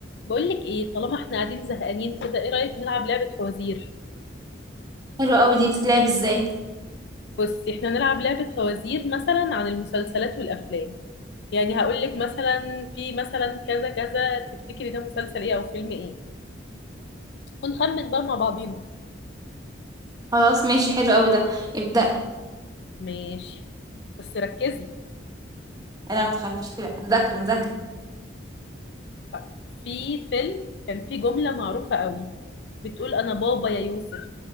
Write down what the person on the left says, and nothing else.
بقول لك ايه طالما احنا قاعدين زهقانين كده ايه رأيك نلعب لعبة فوازير
بصي احنا نلعب لعبة فوازير مثلا عن المسلسلات والافلام يعني هقول لك مثلا في مثلا كذا كذا تفتكري ده مسلسل ايه او فيلم ايه ونخمن بقى مع بعضينا
ماشي بس ركزي
مم. طيب. في فيلم كان فيه جملة معروفة قوي بتقول انا بابا يا يوسف